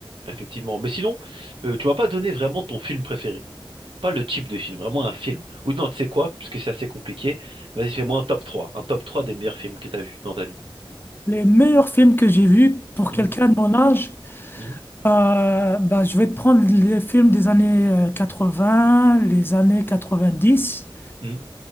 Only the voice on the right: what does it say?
effectivement. Mais sinon, euh, tu m'as pas donné vraiment ton film préféré. Pas le type de film, vraiment un film. Ou non, tu sais quoi, parce que c'est assez compliqué. Vas-y, fais-moi un top 3, Un top 3 des meilleurs films que tu as vus dans ta vie.
Hmm,
hmm,
hmm.